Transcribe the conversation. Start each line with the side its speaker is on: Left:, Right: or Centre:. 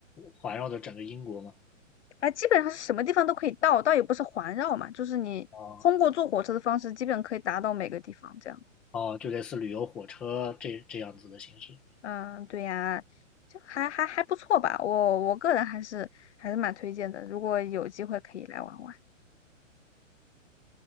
Centre: 环绕着整个英国嘛，
Left: 哎，基本上是什么地方都可以到，倒也不是环绕嘛，就是你通过坐火车的方式，
Centre: 啊、
Left: 基本可以达到每个地方这样。
Centre: 啊，就类似旅游火车这这样子的形式，
Left: 嗯，对呀，就还还还不错吧，我我个人还是还是蛮推荐的，如果有机会可以来玩玩。